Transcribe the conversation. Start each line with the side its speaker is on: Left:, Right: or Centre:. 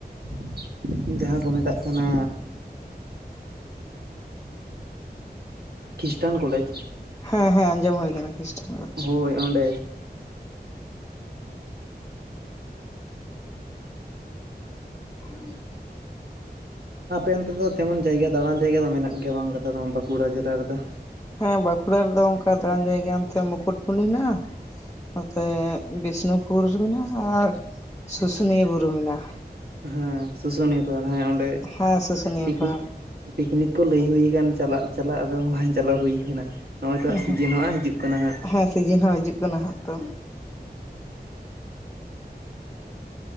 Right: ᱾ ᱡᱟᱦᱟᱸ ᱠᱚ ᱢᱮᱛᱟᱜ ᱠᱟᱱᱟ ᱠᱷᱤᱥᱴᱟᱱ ᱠᱚᱞᱮᱡᱽ
Left: ᱦᱮᱸ ᱦᱮᱸ ᱟᱸᱡᱚᱢ ᱦᱩᱭ ᱟᱠᱟᱱᱟ ᱠᱷᱨᱤᱥᱴᱟᱵᱟ ᱫᱚ
Right: ᱦᱳᱭ ᱚᱸᱰᱮ
Left: ᱟᱨᱮᱸ <inaudible>
Right: ᱟᱯᱮ ᱚᱱᱛᱮ ᱫᱚ ᱛᱮᱢᱚᱱ ᱡᱟᱭᱜᱟ ᱫᱟᱲᱟᱱ ᱡᱟᱭᱜᱟ ᱫᱚ ᱢᱮᱱᱟᱜ ᱜᱮᱭᱟ ᱵᱟᱝ ᱠᱟᱛᱷᱟ ᱫᱚ ᱱᱚᱣᱟ ᱵᱟᱸᱠᱩᱲᱟ ᱡᱮᱞᱟ ᱨᱮᱫᱚ
Left: ᱦᱮᱸ ᱵᱟᱸᱠᱩᱲᱟ ᱨᱮᱫᱚ ᱚᱱᱠᱟ ᱫᱟᱬᱟᱱ ᱡᱟᱭᱜᱟ ᱱᱛᱮ ᱢᱩᱠᱩᱴᱢᱩᱱᱤ ᱦᱮᱱᱟᱜᱼᱟ ᱾ ᱱᱚᱛᱮ ᱵᱤᱥᱱᱩᱯᱩᱨ ᱢᱮᱱᱟᱜᱼᱟ ᱟᱨ ᱥᱩᱥᱩᱱᱤᱭᱟᱹ ᱵᱩᱨᱩ ᱢᱮᱱᱟᱜᱼᱟ ᱾
Right: ᱦᱮᱸ ᱥᱩᱥᱩᱱᱤᱭᱟᱹ ᱯᱟᱦᱟᱲ ᱦᱮᱸ ᱚᱸᱰᱮ
Left: ᱦᱮᱸ ᱥᱩᱥᱩᱱᱤᱭᱟᱹ
Right: ᱯᱤᱠᱱᱤᱠ
Left: ᱯᱟᱦᱟᱲ
Right: ᱯᱤᱠᱱᱤᱠ ᱠᱚ ᱞᱟᱹᱭ ᱦᱩᱭᱠᱟᱱ ᱪᱟᱞᱟᱜ ᱪᱟᱞᱟᱜ ᱟᱫᱚ ᱵᱟᱝ ᱪᱟᱞᱟᱣ ᱦᱩᱭ ᱠᱟᱱᱟ ᱱᱚᱜᱼᱚᱭ ᱛᱚ ᱦᱟᱸᱜ
Left: ᱚ
Right: ᱥᱤᱡᱤᱱ
Left: ᱦᱩᱸ
Right: ᱦᱚᱸᱜ ᱦᱤᱡᱩᱜ ᱦᱟᱸᱜ
Left: ᱦᱮᱸ ᱥᱤᱡᱮᱱ ᱦᱚᱸ ᱦᱤᱡᱩᱜ ᱠᱟᱱᱟ ᱦᱟᱸᱜ ᱛᱚ